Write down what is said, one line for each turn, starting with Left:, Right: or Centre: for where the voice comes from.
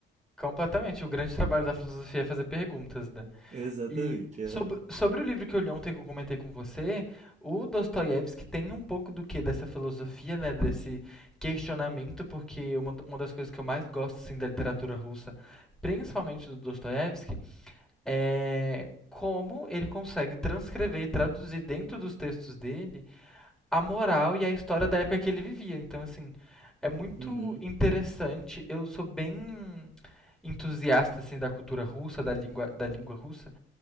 Centre: completamente. O grande trabalho da filosofia é fazer perguntas, né?
Right: <laughs> Exatamente.
Centre: E sobre,
Right: aham.
Centre: sobre o livro que eu li ontem que eu comentei com você, o Dostoiévski tem um pouco do que dessa filosofia, né? Desse questionamento, porque uma, uma das coisas que eu mais gosto assim, da literatura russa, principalmente do Dostoiévski, é como ele consegue transcrever e traduzir dentro dos textos dele a moral e a história da época que ele vivia. Então, assim, é muito
Right: Uhum,
Centre: interessante. Eu sou bem entusiasta assim da cultura russa, da língua, da língua russa